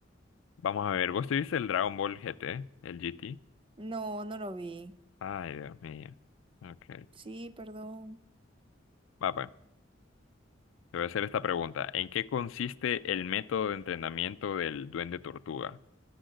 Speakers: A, on the left (about 80°); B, on the right (about 25°).
A: Vamos a ver. ¿Vos tuviste el Dragon Ball GT? ¿El GT?
B: No, no lo vi.
A: Ay, Dios mío. Ok.
B: Sí, perdón.
A: Va, pues. Te voy a hacer esta pregunta. ¿En qué consiste el método de entrenamiento del Duende Tortuga?